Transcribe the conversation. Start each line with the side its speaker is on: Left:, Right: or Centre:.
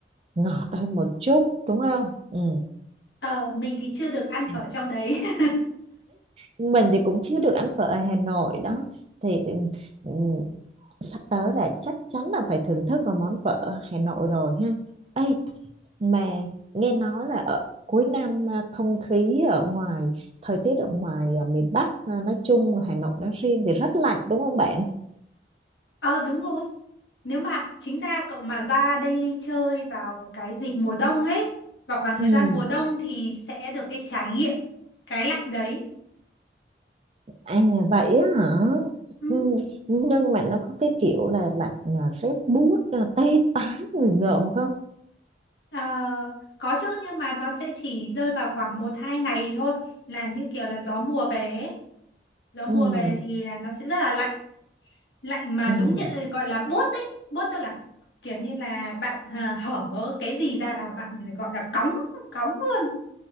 Right: ngọt hơn một chút đúng không ừ
Left: Ờ, mình thì chưa được ăn
Right: ấy
Left: phở trong đấy. <laughs>
Right: mình thì cũng chưa được ăn phở ở Hà Nội đó thì, thì ừ, sắp tới là chắc chắn là phải thưởng thức vào món phở ở Hà Nội rồi ha ấy mà nghe nói là ở cuối năm à, không khí ở ngoài thời tiết ở ngoài à, miền Bắc à, nói chung Hà Nội nói riêng thì rất lạnh đúng không bạn
Left: Ờ, đúng rồi. Nếu mà chính ra cậu mà ra đây chơi vào cái dịp mùa đông ấy, vào khoảng thời
Right: Ừ.
Left: gian mùa đông thì sẽ được cái trải nghiệm cái lạnh đấy.
Right: à vậy á hả
Left: Ừ.
Right: Ừ, nhưng mà nó có cái kiểu là lạnh à, rét buốt à, tê tái người ngợm không
Left: Ờ, có chứ nhưng mà nó sẽ chỉ rơi vào khoảng một hai ngày thôi là như kiểu là gió mùa về ấy. Gió
Right: ừ
Left: mùa về thì là nó sẽ rất là lạnh lạnh mà
Right: ừ
Left: đúng nhận ừ, gọi là buốt ấy buốt tức là kiểu như là bạn à, hở cái gì ra là bạn ừ, gọi là cóng cóng luôn